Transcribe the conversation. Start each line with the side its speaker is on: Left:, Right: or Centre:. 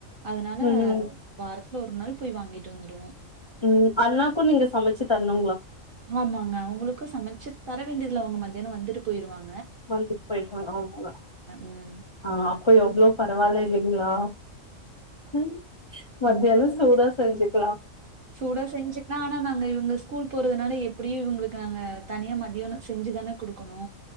Right: அதனால
Left: ம் ம்
Right: வாரத் கல ஒரு நாள் போய் வாங்கிட் வந்ருவோ.
Left: ம் அண்ணாக்கு நீங்க சமச்சி தர்னு
Right: ஆமாங்க அவுங்களுக்கு சமச்சி தர வேண்டிதி ல்ல‌ அவுங்க மதியானோ வந்துட்டு போய்ருவாங்
Left: வந்துட் போய்ருவாங்க அவங்க
Right: ம்.
Left: ஆ அப்போ எவ்ளோ பரவலா இல்லைங்களா உம் மத்யானொ
Right: ம்.
Left: சோர் தா செஞ்சுக்லா
Right: சூடா செஞ்சுக்லா. ஆனா நாங்க இவங்க ஸ்கூல் போறதுனால எப் எப்டியு இவங்ளுக்கு நாங்க தனியா மத்தியானொ செஞ்சு தான குடுக்கணு.